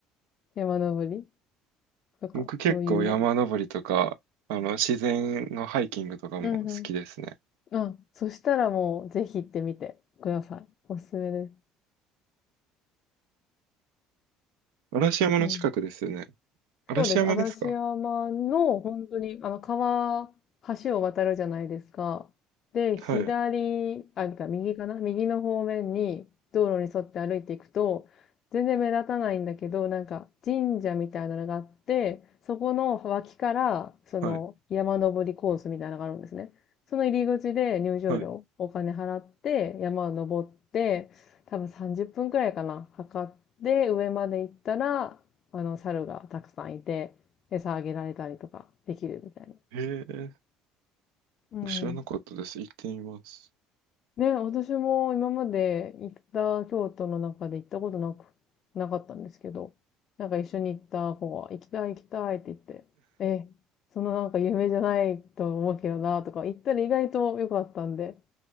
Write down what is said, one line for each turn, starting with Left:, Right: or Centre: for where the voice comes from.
Left: 山登りとか、
Right: 僕結構山登りとか、
Left: そういうの。
Right: あの、自然のハイキングとかも好きですね。
Left: うんうん。あ、そしたらもう、ぜひ行ってみてください。おすすめです。
Right: 嵐山の近くですよね。
Left: うん。
Right: 嵐山ですか
Left: そうです。嵐山の本当に、あの、川、橋を渡るじゃないですか。で、左、
Right: はい、
Left: あ、なんか右かな右の方面に道路に沿って歩いていくと、全然目立たないんだけど、なんか神社みたいなのがあって、そこの脇から、その山登りコースみたいなのがあるんですね。
Right: はい、
Left: その入り口で入場料、
Right: はい。
Left: お金払って山を登って、多分30分くらいかな、測って上まで行ったら、あの、猿がたくさんいて、餌あげられたりとかできるみたいな。
Right: へえ、
Left: うん。
Right: 僕知らなかったです。行ってみます。
Left: ね、私も今まで行った京都の中で行ったことなく、なかったんですけど、なんか一緒に行った子が、行きたい行きたいって言って、え、そのなんか夢じゃないと思うけどなとか、行ったら意外と良かったんで、